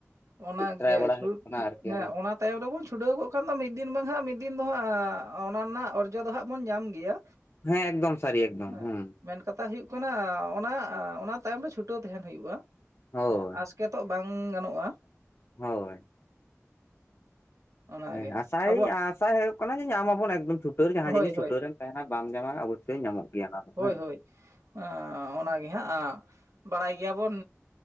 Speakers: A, on the right; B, on the left.
A: ᱚᱱᱟ
B: ᱴᱨᱟᱭ
A: ᱜᱮ
B: ᱵᱟᱲᱟ
A: ᱪᱷᱩᱫ
B: ᱦᱩᱭᱩᱜ ᱠᱟᱱᱟ ᱟᱨᱠᱤ
A: ᱦᱮᱸ
B: ᱟᱨᱚ
A: ᱚᱱᱟ ᱛᱟᱭᱚᱢ ᱨᱮᱵᱚᱱ ᱪᱷᱩᱴᱟᱹᱣ ᱠᱚᱜ ᱠᱷᱟᱱ ᱫᱚ ᱢᱤᱫ ᱫᱤᱱ ᱵᱟᱝ ᱦᱟᱸᱜ ᱢᱤᱫ ᱫᱤᱱ ᱫᱚ ᱦᱟᱸᱜ ᱚᱱᱟ ᱨᱮᱱᱟᱜ ᱚᱨᱡᱚ ᱫᱚ ᱦᱟᱸᱜ ᱵᱚᱱ ᱧᱟᱢ ᱜᱮᱭᱟ
B: ᱦᱮᱸ ᱮᱠᱫᱚᱢ ᱥᱟᱨᱤ ᱮᱠᱫᱚᱢ
A: ᱦᱮᱸ
B: ᱦᱩᱸ
A: ᱢᱮᱱ ᱠᱟᱛᱷᱟ ᱦᱩᱭᱩᱜ ᱠᱟᱱᱟ ᱚᱱᱟ ᱚᱱᱟ ᱛᱟᱭᱚᱢ ᱨᱮ ᱪᱷᱩᱴᱟᱹᱣ ᱛᱟᱦᱮᱸᱱ ᱦᱩᱭᱩᱜ-ᱟ
B: ᱦᱳᱭ
A: ᱦᱮᱸ ᱟᱥ ᱠᱮᱛᱚᱜ ᱵᱟᱝ ᱜᱟᱱᱚᱜ-ᱟ
B: ᱦᱳᱭ
A: ᱚᱱᱟᱜᱮ
B: ᱦᱮ ᱟᱥᱟᱭᱟᱹᱧ
A: ᱟᱵᱚᱣᱟᱜ
B: ᱟᱥ ᱟᱭ ᱦᱩᱭᱩᱜ ᱠᱟᱱᱟ ᱡᱮ ᱧᱟᱢᱟᱵᱚᱱ ᱮᱠᱫᱚᱢ ᱪᱷᱩᱴᱟᱹᱣ ᱡᱟᱦᱟᱸ
A: ᱦᱳᱭ
B: ᱡᱤᱱᱤᱥ ᱪᱷᱩᱴᱟᱹᱣ
A: ᱦᱳᱭ
B: ᱨᱮᱢ ᱛᱟᱦᱮᱱᱟ ᱵᱟᱢ ᱧᱟᱢᱟ ᱧᱟᱢᱚᱜ ᱜᱮᱭᱟ ᱚᱱᱟ ᱫᱚ
A: ᱦᱳᱭ
B: ᱦᱮᱸ
A: ᱦᱳᱭ ᱚᱱᱟᱜᱮ ᱦᱟᱸᱜ ᱵᱟᱲᱟᱭ ᱜᱮᱭᱟᱵᱚᱱ